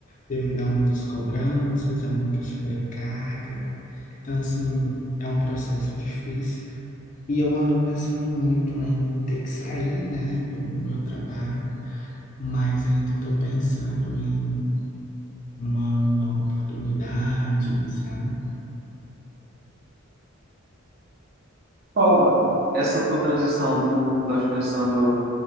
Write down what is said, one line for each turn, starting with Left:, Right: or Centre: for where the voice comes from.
Left: devido a muitas cobranças, a muita sobrecarga. Então, assim, é um processo difícil. E eu ando pensando muito em ter que sair, né, do meu trabalho, mas ainda estou pensando em uma nova oportunidade, sabe?
Right: Fala, essa tua transição, tu estás pensando